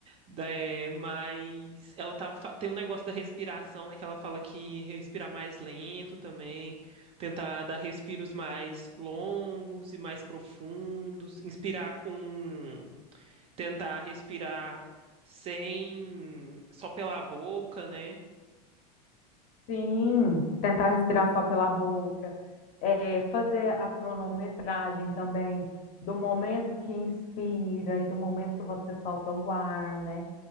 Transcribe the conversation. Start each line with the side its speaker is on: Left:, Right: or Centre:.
Right: Da- é, mas ela tava, fa- tem um negócio da respiração, né, que ela fala que respirar mais lento também, tentar dar respiros mais longos e mais profundos, inspirar com tentar respirar sem só pela boca, né?
Left: Sim, tentar respirar só pela boca, é, fazer a cronometragem também do momento que inspira e do momento que você solta o ar, né?